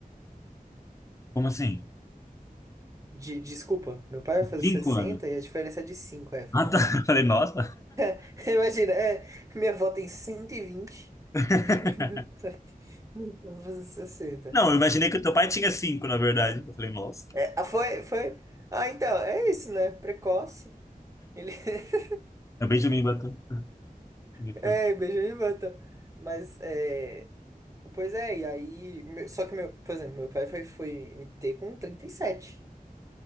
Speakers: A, on the left; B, on the right.
A: Como assim?
B: De, desculpa, meu pai vai fazer
A: Cinco
B: 60
A: anos.
B: e a diferença é de cinco é, foi
A: Ah,
B: mal.
A: tá. <laughs> Eu Falei, nossa.
B: <laughs> Imagina, é, minha avó tem 120,
A: <laughs>
B: <laughs> meu pai vai <laughs> fazer sessenta
A: Não, eu imaginei que o teu pai tinha cinco, na verdade. Eu falei, nossa.
B: É, ah, foi, foi. Ah, então, é isso, né? Precoce. Ele <laughs>
A: Acabei de me bater. Ele
B: É,
A: foi,
B: Benjamin Button. Mas, é... Pois é, e aí... meu- Só que, meu, por exemplo, meu pai foi, foi me ter com 37.